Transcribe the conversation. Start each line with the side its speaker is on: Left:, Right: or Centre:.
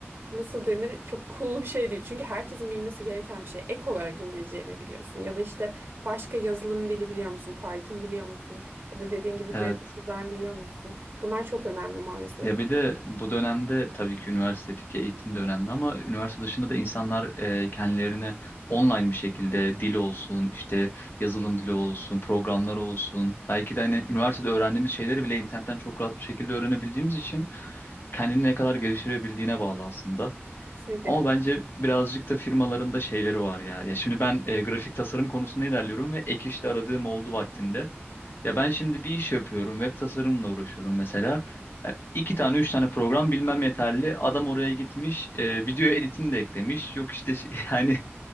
Right: nasıl denir çok cool bir şey değil. Çünkü herkesin bilmesi gereken bir şey. Ek olarak İngilizce ne biliyorsun? Ya da işte başka yazılım dili biliyor musun? Python biliyor musun? Ya da dediğin gibi grafik
Left: Evet.
Right: dizayn biliyor musun? Bunlar çok önemli maalesef.
Left: Ya bir de bu dönemde tabii ki üniversitedeki eğitim de önemli ama üniversite dışında da insanlar e, kendilerine online bir şekilde dil olsun, işte yazılım dili olsun, programlar olsun. Belki de hani üniversitede öğrendiğimiz şeyleri bile internetten çok rahat bir şekilde öğrenebildiğimiz için kendini ne kadar geliştirebildiğine bağlı aslında.
Right: Kesinlikle
Left: Ama bence birazcık da firmaların da şeyleri var ya. Ya şimdi ben e, grafik tasarım konusunda ilerliyorum ve ek işte aradığım oldu vaktinde. Ya ben şimdi bir iş yapıyorum. Web tasarımla uğraşıyorum mesela. E, İki tane, üç tane program bilmem yeterli. Adam oraya gitmiş, e, video editini de eklemiş. Yok işte şey- <laughs> yani